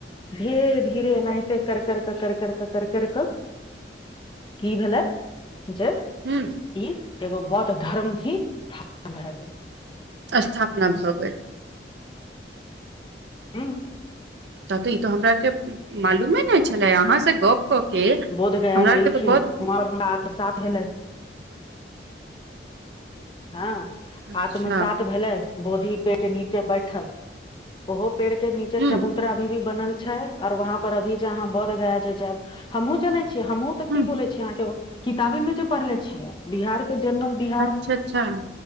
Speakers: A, on the left; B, on the right.
A: धीरे धीरे नते कर कर क कर करक कर करर् की भेला ज
B: ह
A: ई एगो बौद्ध धर्म ही स्थान भए गे
B: स्थपना भब
A: हू
B: तते ई तो हमरा आर के मालूमे नहि छले अहाँ से ग क के
A: बोधगया
B: हमरा
A: मे
B: आरके
A: एलखिन
B: तऽ बहुत
A: वहाँ पर हुनका आत्मसात भेलै हँ
B: अच्छा
A: आत्मसात भेलै बोधी पे के नीचे बैठ ओहो पेड़ के नीचे चबूतरा
B: ह
A: अभी भी बनल छै आऔर वहाँ पर अभी जे अहाँ बौद्ध गाय जे छै हमहुँ जाने छियै हमहुँ तऽ की
B: ह
A: बोले छीियै अहाँ के किताबे मे जे पढ़ले छियै बिहार क के जनरल बिहा
B: अच्छा अच्